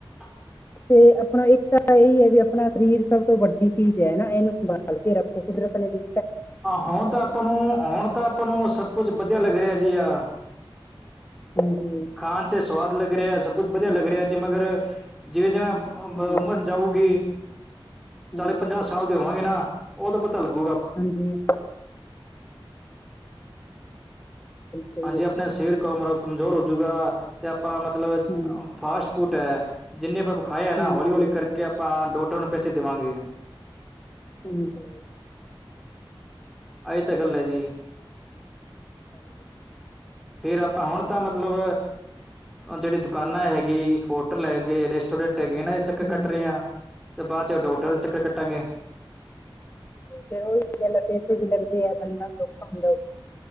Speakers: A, in the centre; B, on the left.
A: <inaudible>
B: ਤੇ ਆਪਣਾ ਇੱਕ ਤਾਂ ਇਹੀ ਹੈ ਵੀ ਆਪਣਾ ਸਰੀਰ ਸਭ ਤੋਂ ਵੱਡੀ ਚੀਜ਼ ਹੈ ਨਾ ਇਹਨੂੰ ਸੰਭਾਲ ਕੇ ਰੱਖੋ ਕੁਦਰਤ ਦੀ
A: ਹੁਣ ਤਾਂ ਆਪਾਂ ਨੂੰ ਹੁਣ ਤਾਂ ਆਪਾਂ ਨੂੰ ਸਭ ਕੁਝ ਵਧੀਆ ਲੱਗ ਰਿਹਾ ਜੀ ਆ
B: ਹਮ ਹ
A: ਖਾਣ ਚ ਸਵਾਦ ਲੱਗ ਰਿਹਾ ਸਭ ਕੁਛ ਵਧੀਆ ਲੱਗ ਰਿਹਾ ਜੀ ਮਗਰ ਜਿਵੇਂ ਜਿਵੇਂ
B: ਹਮ,
A: ਉਮਰ ਜਾਊਗੀ ਚਾਲੀ
B: ਹਮ,
A: ਪੰਜਾਹ ਸਾਲ ਦੇ ਹੋਵਾਂਗੇ ਨਾ ਉਹ ਤਾਂ ਪਤਾ ਲੱਗੂ
B: ਹਾਂਜੀ ਸਹੀ
A: ਹਾਂਜੀ
B: ਹੈ
A: ਆਪਣੇ
B: ਜੀ
A: ਸਰੀਰ ਕ ਕਮਜ਼ੋਰ ਹੋਜੂਗਾ ਤੇ ਆਪਾਂ ਮਤਲਬ
B: ਹਮ,
A: ਫਾਸਟ ਫੂਡ ਹੈ। ਜਿੰਨੇ ਆਪਾਂਖਾਏ ਆ ਨਾ
B: ਹਾਂਜੀ
A: ਹੌਲੀ ਹੌਲੀ ਕਰਕੇ ਆਪਾਂ ਡੋਕਟਰਾਂ ਨੂੰ ਪੈਸੇ ਦੇਵਾਂਗੇ
B: ਹਾਂਜੀ
A: ਆਏ ਤਾਂ ਗੱਲ ਹੈ ਜੀ
B: ਹਾਂ
A: ਫੇਰ ਆਪਾਂ ਹੁਣ ਤਾਂ ਮਤਲਬ ਜਿਹੜੀ ਦੁਕਾਨਾਂ ਹੈਗੀ ਹੋਟਲ ਹੈਗੇ ਰੈਸਟੋਰੈਂਟ ਹੈਗੇ ਨਾ ਚੱਕਰ
B: ਹਾਂਜੀ
A: ਕੱਟ ਰਹੇ ਹਾ ਤੇ ਬਾਅਦ ਚ ਡਾਕਟਰ ਦੇ
B: ਹਾਂਜੀ
A: ਚੱਕਰ ਕੱਟਾਂਗੇ
B: ਫੇਰ ਉਹੀ ਗਲ ਪੈਸੇ ਵੀ ਲੱਗਦੇ ਆ ਬੰਦਾ ਵੀ ਔਖਾ ਹੁੰਦਾ